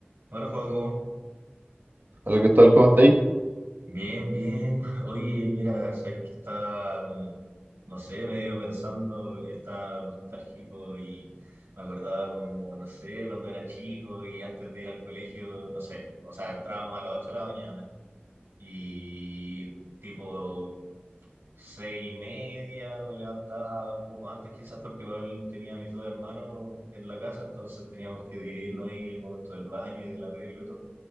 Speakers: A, on the right; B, on the right.
A: Hola, Joaco.
B: Hola Cristóbal, ¿cómo está ahí?
A: Bien, bien. Oye, mira, sabéis que estaba como, no sé, medio pensando, estaba nostálgico y me acordaba como, no sé, cuando era chico y antes de ir al colegio, no sé, o sea, entrábamos a las 8 de la mañana y tipo seis y media me levantaba un poco antes quizás porque igual tenía a mis dos hermanos en la casa, entonces teníamos que dividirnos ahí el momento del baño y del arreglo y todo.